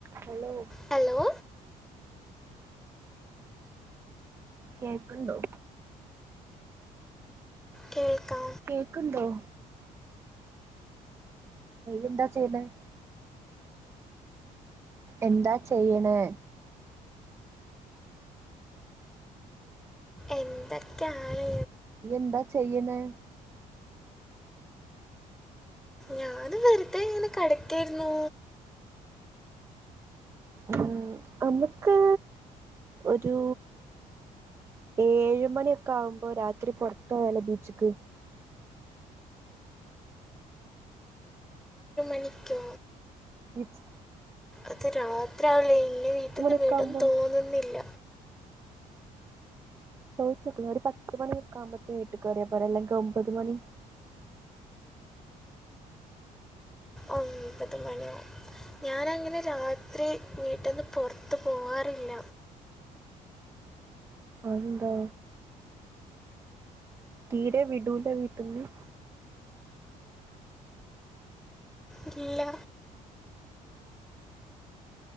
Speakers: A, on the right; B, in the centre.
A: ഹലോ
B: ഹലോ
A: കേൾക്കുണ്ടോ
B: കേൾക്കാം
A: കേക്കുണ്ടോ എന്താ ചെയ്യുന്നത് എന്താ ചെയ്യണേ
B: എന്തൊക്ക ആലേ
A: നീ എന്താ ചെയ്യണേ
B: ഞാ അത് വെറുതെ ഇങ്ങനെ കടക്കേയിരുന്നു
A: ഉം, നമുക്ക് ഒരു ഏഴ് മണിയൊക്കെ ആകുമ്പോ രാത്രി പൊറത്ത് പോയാലോ ബീച്ച്ക്ക്
B: നിക്കൂ
A: വിളിച്
B: അത് രാത്രിവല്ലേ ഇനി വീട്ടിന്ന്
A: മണിയൊക്കെ
B: വിടും
A: ആകുമ്പം
B: തോന്നുന്നില്ല
A: ചോദിച്ച്നേക്ക് ഒരു പത്തുമണിക്കെ ആകുമ്പത്തേ വീട്ടി കറിയ പോരെ അല്ലെങ്കിൽ ഒമ്പത് മണി
B: ഒമ്പത് മണിയോ ഞാനങ്ങനെ രാത്രി വീട്ടിന്ന് പുറത്തു പോവാറില്ല
A: അതെന്താ തീരെ വിടൂല വീട്ടന്ന്
B: ഇല്ല